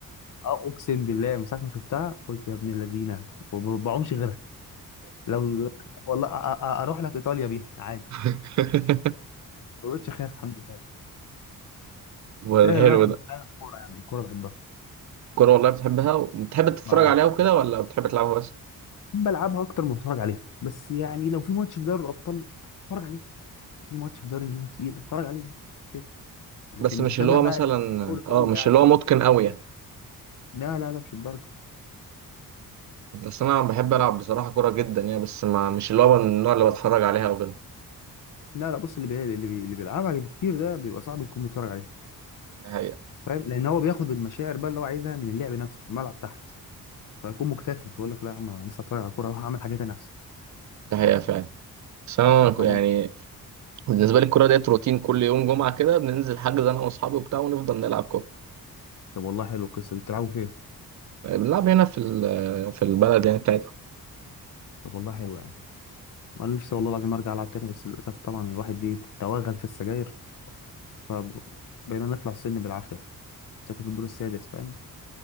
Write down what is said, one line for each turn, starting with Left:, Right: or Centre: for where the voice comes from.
Left: اه اقسم بالله من ساعه ما شفتها قلت يا ابن الذين ما بعومش غيرها لو <laughs> والله أ- أ- اروح لك ايطاليا بيها عادي
Right: <laughs>
Left: ما بقتش اخاف الحمد لله
Right: ولا
Left: بس أنا اللي
Right: حلو
Left: انا بحبها
Right: ده
Left: فعلا الكوره يعني الكوره بحبها
Right: كورة والله بتحبها وبتحب تتفرج
Left: اه والله
Right: عليها وكده ولا بتحب تلعبها بس؟
Left: بلعبها اكتر ما بتفرج عليها بس يعني لو في ماتش في دوري الابطال اتفرج عليه في ماتش في دوري انجليزي تقيل اتفرج عليه كده لكن
Right: بس
Left: مش
Right: مش
Left: هتابع
Right: اللي هو
Left: بقى
Right: مثلا
Left: الدوري كله
Right: اه مش
Left: يعني
Right: اللي هو متقن قوي يعني
Left: لا لا لا مش الدرجه
Right: بس انا بحب
Left: مش الدرجه
Right: العب بصراحه كوره جدا يعني بس ما مش اللي هو من النوع اللي بتفرج عليها او كده
Left: لا لا بص اللي بي... اللي, بي... اللي بيلعبها كتير ده بيبقى صعب يكون بيتفرج عليه
Right: ده حقيقه
Left: فاهم لان هو بياخد المشاعر بقى اللي هو عايزها من اللعب نفسه في الملعب تحت فيكون مكتفي فيقول لك لا يا عم انا لسه اتفرج على الكوره اروح اعمل حاجات تانية احسن
Right: ده حقيقه فعلا بس انا ك-
Left: فاهم
Right: يعني
Left: قصدي؟
Right: بالنسبه لي الكوره ديت روتين كل يوم جمعه كده بننزل حجز انا واصحابي وبتاع ونفضل نلعب كوره
Left: طب والله حلو القصه دي بتلعبوا فين؟
Right: بنلعب هنا في ال- في البلد يعني بتاعتنا
Left: طب والله حلو يعني انا نفسي والله العظيم ارجع العب تاني بس للاسف طبعا الواحد بيتوغل في السجاير فبقينا نطلع السلم بالعافية ساكن في الدور السادس فاهم